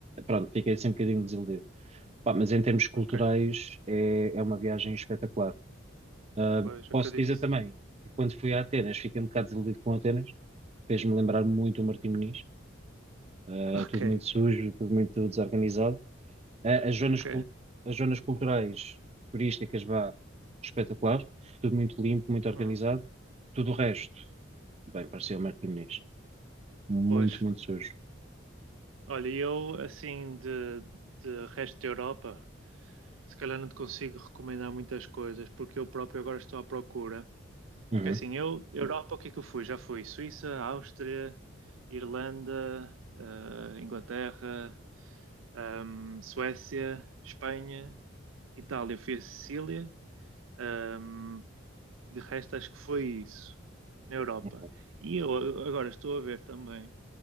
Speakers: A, on the right; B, on the right.
A: pronto, fiquei assim um bocadinho desiludido. Pá, mas em termos culturais
B: ok.
A: é, é uma viagem espetacular. Ah,
B: Pois, acredito
A: posso dizer
B: que sim.
A: também que quando fui a Atenas fiquei um bocado desiludido com Atenas, fez-me lembrar muito o Martim Moniz eh,
B: Ok,
A: tudo muito sujo, tudo muito desorganizado. Eh, as zonas,
B: ok.
A: cul- as zonas culturais, turísticas, vá, espetacular, tudo muito limpo, muito organizado.
B: Uhum.
A: Tudo o resto, bem, parecia o Martim Moniz, muito,
B: Pois.
A: muito sujo.
B: Olha, eu, assim, de, de resto da Europa, se calhar não te consigo recomendar muitas coisas, porque eu próprio agora estou à procura.
A: Uhum,
B: Porque assim, eu, Europa, o que é que eu fui? Já fui Suíça, Áustria, Irlanda, eh, Inglaterra, ehm, Suécia, Espanha, Itália, fui a Sicília. ehm, de resto, acho que foi isso na Europa.
A: ok.
B: E eu agora estou a ver também,